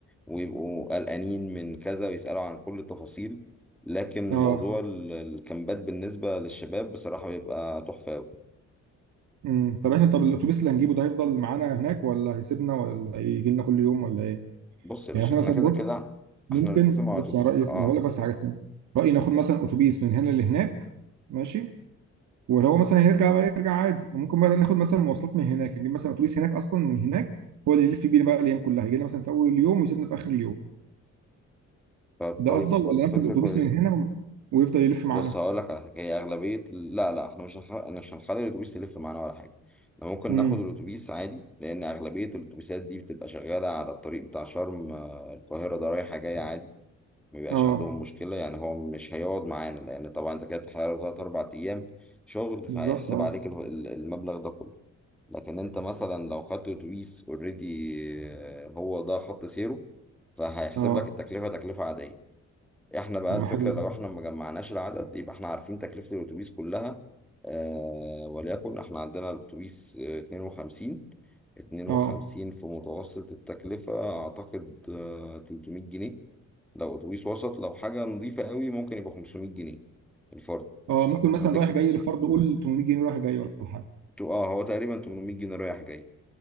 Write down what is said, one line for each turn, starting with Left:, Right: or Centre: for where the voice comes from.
Centre: ويبقوا قلقانين من كذا ويسألوا عن كل التفاصيل لكن
Right: اه
Centre: موضوع ال- الكامبات بالنسبة للشباب بصراحة بيبقى تحفة أوي
Right: امم طب احنا طب الاتوبيس اللي هنجيبه ده هيفضل معانا هناك ولا هيسيبنا ولا هيجي لنا كل يوم ولا ايه
Centre: بص يا باشا
Right: يعني احنا
Centre: احنا
Right: مثلا
Centre: كده كده
Right: بص ممكن
Centre: احنا نتفق مع
Right: بص
Centre: اتوبيس
Right: على رأيي لو
Centre: اه
Right: أقول لك بس حاجة سنة رأيي ناخد مثلا أتوبيس من هنا لهناك ماشي وهو مثلا هيرجع بقى يرجع عادي وممكن بقى ناخد مثلا مواصلات من هناك نجيب مثلا أتوبيس هناك أصلا من هناك هو اللي يلف بينا بقى الأيام كلها يجي لنا مثلا في أول اليوم ويسيبنا في آخر اليوم
Centre: طب
Right: ده
Centre: كويس
Right: أفضل
Centre: برضه
Right: ولا
Centre: فكرة
Right: ناخد الأتوبيس
Centre: كويسة
Right: من هنا و- ويفضل يلف معانا
Centre: بص هقول لك على حاجة هي أغلبية ال- لا لا احنا مش هنخ... مش هنخلي الأتوبيس يلف معانا ولا حاجة احنا ممكن
Right: امم
Centre: ناخد الأتوبيس عادي لأن أغلبية الأتوبيسات دي بتبقى شغالة على الطريق بتاع شرم آه، القاهرة ده رايحة جاية عادي ما بيبقاش
Right: اه
Centre: عندهم مشكلة يعني هو مش هيقعد معانا لأن طبعا أنت كده بتحرق له تلات أربع أيام شغل
Right: بالظبط
Centre: فهيحسب
Right: اه
Centre: عليك ال- ال- المبلغ ده كله لكن أنت مثلا لو خدت أتوبيس أوريدي هو ده خط سيره فهيحسب
Right: اه
Centre: لك التكلفة تكلفة عادية احنا بقى
Right: طب
Centre: الفكرة
Right: ما حلو ده.
Centre: لو احنا ما جمعناش العدد يبقى احنا عارفين تكلفة الأتوبيس كلها آه وليكن احنا عندنا الأتوبيس آه، 52 52
Right: اه
Centre: في متوسط التكلفة أعتقد آه 300 جنيه لو أتوبيس وسط لو حاجة نظيفة قوي ممكن يبقى 500 جنيه الفرد
Right: اه ممكن مثلا
Centre: هتك-
Right: رايح جاي لفرض قول 800 جنيه رايح جاي ولا حاجة
Centre: اه هو تقريبا 800 جنيه رايح جاي